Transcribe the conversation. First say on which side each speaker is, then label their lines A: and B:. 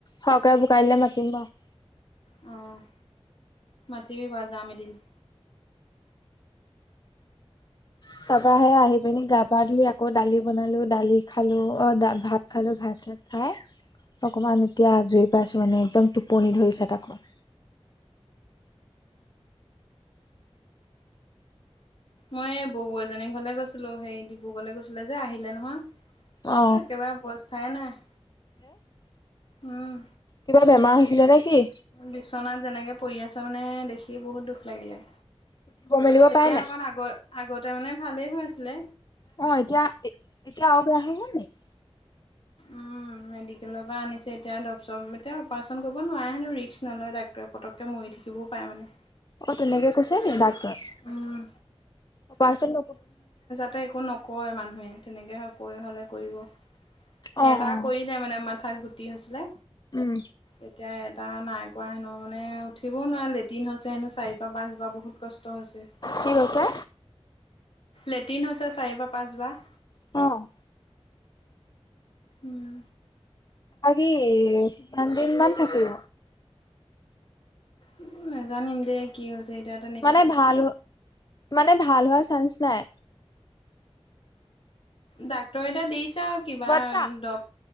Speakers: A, on the left; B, on the left.
A: সৰহকে বোকা দিলে মাতিম বাৰু।
B: অ' মাতিবি বাৰু যাম এদিন।
A: তাৰপাহে আহি পিনি গা পা ধুই আকৌ দালি বনালো, দালি খালোঁ অ' ভাত খালো ভাত চ খাই অকমান এতিয়া আজুৰি পাইছোঁ। মানে একদম টোপনি ধৰিছে তাকো।
B: মই এই ববৌ এজনী ঘৰলৈ গৈছিলোঁ। থৈ সেই ডিব্ৰুগড়লৈ গৈছিলে যে আহিলে নহয়
A: অ
B: একেবাৰে অবস্থাই নাই, উম।
A: কেতিয়াবা বেমাৰ হৈছিলে নেকি?
B: বিচনাত যেনেকে পৰি আছে মানে দেখি বহুত দুখ লাগিলে।
A: উঠিব মেলিব
B: তেতিয়া
A: পাৰে নাই
B: অকণ আগ আগতে মানে ভালেই হৈছিলে।
A: অ' এতিয়া এতিয়া আৰু বেয়া হৈ গ'ল নেকি?
B: উম। মেডিকেলৰ পৰা আনিছে, এতিয়া এতিয়া অপাৰচন কৰিব নোৱাৰে হেনো ৰিস্ক নলয় ডা পতকে মৰি থাকিবও পাৰে মানে।
A: অ' তেনেকে কৈছে ন ডাক্তৰ
B: উম।
A: অপাৰেচন ন-
B: ততে একো নকয় মানুহে তেনেকে হয় কৈ হলে কৰিব সেই
A: অ
B: এটা
A: অ
B: কৰিলে মানে ম - থ্ৰাৰ্ড গুটি হৈছিলে।
A: উম।
B: এতিয়া এটা নাই কৰোৱা হেনো মানে উঠিবও নোৱাৰে লেটিন হৈছে হেনো চাৰি পাঁচ বহুত কষ্ট হৈছে,
A: কি কৈছে?
B: লেটিন চাৰিবাৰ, পাঁচ বাৰ।
A: অ'
B: উম।
A: আজি কিমান দিন মান থাকিব?
B: উম, নাজানিম দেই কি হৈছে এ তাত।
A: মানে ভাল মানে ভাল হোৱা চান্স নাই।
B: ডাক্তৰে এটা দিছে। কিবা
A: বৰ্তা
B: দব